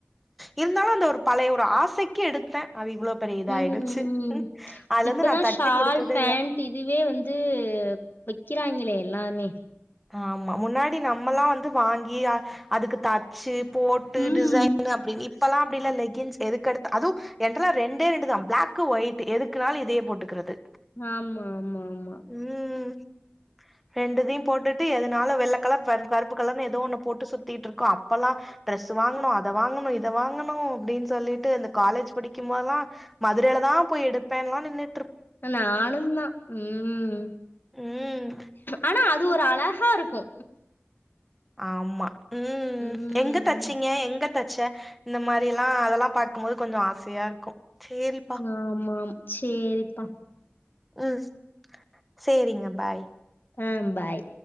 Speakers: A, in the centre; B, on the left.
A: இருந்தாலு அந்த ஒரு பழைய ஒரு ஆசைக்கு எடுத்த அது இவ்ளோ பெரிய இதாய்டுச்சு
B: ம்.
A: அதுலருந்து
B: இப்பலாம்
A: நா தைக்க
B: ஷால்,
A: குடுக்குறதே
B: பேண்ட்
A: இல்ல
B: இதுவே வந்து வைக்கிறாங்களே எல்லாமே
A: ஆமா முன்னாடி நம்மல்லா வந்து வாங்கி அதுக்கு தச்சு போட்டு
B: ம்.
A: டிசைன் னு அப்டின்னு இப்பெல்லா அப்டி இல்ல லெக்கின்ஸ் எதுக்கெடுத்து அது என்டல்லா ரெண்டே ரெண்டு தா பிளாகக்கு ஒயிட் எதுக்குனால இதையே போட்டுக்கிறது
B: ஆமா ஆமா ஆமா ஆமா
A: ம் ரெண்டுதையும் போட்டுட் எதுனால வெள்ள கலர் கருப்பு கலர்னு ஏதோ ஒண்ணு போட்டு சுத்திட்டு இருக்கோ அப்பெல்லாம் ட்ரெஸ் வாங்கணு அத வாங்கணு இத வாங்கணு அப்டின்னு சொல்லிட்டு இந்த காலேஜ் படிக்கும்போதெல்லா மதுரையிலதா போய் எடுப்பேன்ல்லா நின்னுட்
B: நானுன் தா ம் ஹும்
A: ம்
B: ஆனா அது ஒரு அழகா இருக்கு
A: ஆமா ம்
B: ம்
A: எங்க தச்சீங்க எங்க தச்ச இந்த மாரில்லா அதெல்லா பாக்கும்போது கொஞ்சோ ஆசையா இருக்கு சேரி
B: ஆம்மாம் சேரிப்பா
A: ம் சேரிங்க பாய்
B: ம் பாய்